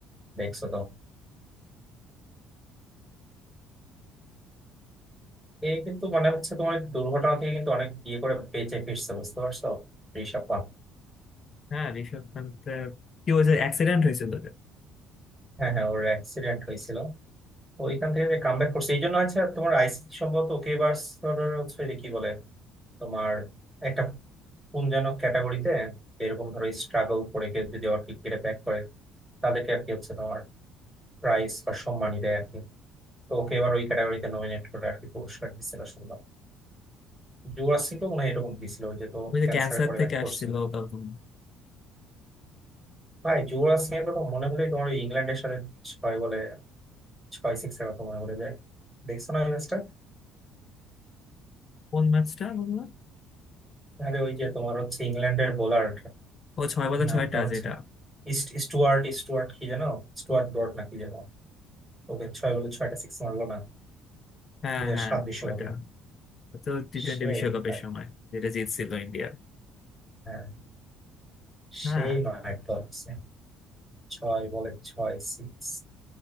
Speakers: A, in the centre; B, on the left (about 35°).
A: দেখছো তো এ কিন্তু মানে হচ্ছে তোমার এই দুর্ঘটনা থেকে কিন্তু অনেক ইয়ে করে বেঁচে ফিরছে বুঝতে পারছো ঋষভ পান্ট
B: হ্যাঁ ঋষভ পান্তের কি ওই যে অ্যাক্সিডেন্ট হয়েছিল যে
A: হ্যাঁ হ্যাঁ ওর অ্যাক্সিডেন্ট হয়েছিল ওইখান থেকে যে কামব্যাক করছে এই জন্য হচ্ছে তোমার আইসিসি সম্ভবত ওকে এবার হচ্ছে যে কি বলে তোমার একটা কোন যেন ক্যাটাগরিতে এরকম ধরো স্ট্রাগল করে কেউ যদি আবার ক্রিকেটে ব্যাক করে তাদেরকে আর কি হচ্ছে তোমার প্রাইজ বা সম্মানই দেয় আর কি তো ওকে এবার ওই ক্যাটাগরিতে নমিনেট করে আর কি পুরস্কার দিচ্ছিল শুনলাম যুবরাজ সিংকেও মনে হয় এরকম দিছিল ওই যে তো
B: ওই যে
A: ক্যান্সার
B: ক্যান্সার
A: করে
B: থেকে
A: ব্যাক
B: আসছিল
A: করছিল
B: তখন
A: ভাই যুবরাজ সিং এর কথা মনে হলেই তোমার ওই ইংল্যান্ডের সাথে ছয় বলে ছয় সিক্স এর কথা মনে পড়ে যায় দেখছো না ওই ম্যাচটা
B: কোন ম্যাচটা বললাম
A: আরে ওই যে তোমার হচ্ছে ইংল্যান্ডের বোলার
B: ও ছয় বলে
A: নামটা
B: ছয়টা
A: হচ্ছে
B: যেটা
A: ইস্ট স্টুয়ার্ট স্টুয়ার্ট কি যেন স্টুয়ার্ট ব্রড না কি যেন ওকে ছয় বলে ছয়টা সিক্স মারলো না
B: হ্যাঁ
A: দুই হাজার
B: হ্যাঁ
A: সাত বিশ্বকাপে
B: ওইটা ও তো টি টোয়েন্টি
A: সেই
B: বিশ্বকাপের
A: ভাই
B: সময় যেটা জিতছিল ইন্ডিয়া
A: হ্যাঁ সেই
B: হ্যাঁ
A: মাঠ ধরছে ছয় বলে ছয় সিক্স